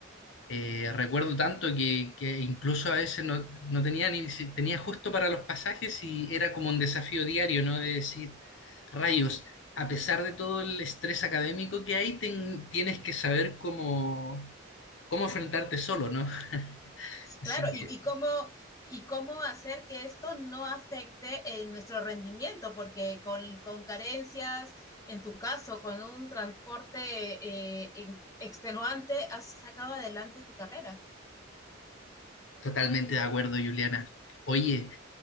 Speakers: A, on the left; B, on the left.
A: eh, recuerdo tanto que, que incluso a veces no, no tenía ni, si- tenía justo para los pasajes y era como un desafío diario, ¿no? De decir, rayos, a pesar de todo el estrés académico que hay, ten- tienes que saber cómo, cómo enfrentarte solo, ¿no? <laughs>
B: Sí,
A: Así
B: Claro,
A: que
B: y, y cómo, y cómo hacer que esto no afecte en nuestro rendimiento, porque con, con carencias, en tu caso, con un transporte eh, en- extenuante, has sacado adelante tu carrera.
A: totalmente de acuerdo, Juliana. Oye,